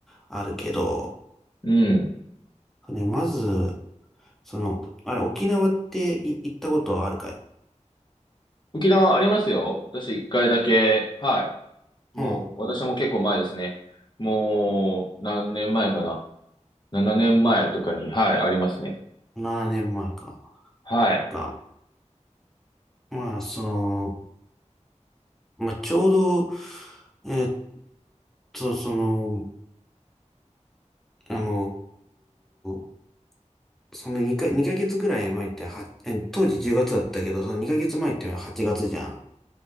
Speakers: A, in the centre; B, on the left.
A: あるけど、
B: うん
A: ね、まず、その、あれ、沖縄ってい行ったことあるかい
B: 沖縄ありますよ。私一回だけ、はい。
A: うん。
B: もう、私も結構前ですね。もう、何年前かな。7年前とかに、はい、ありますね。
A: 7年前か。
B: はい。
A: が、まあ、その、まあ、ちょうど、えっと、その、あのーその2か、2ヶ月くらい前っては、え当時10月だったけど、その2ヶ月前って8月じゃん。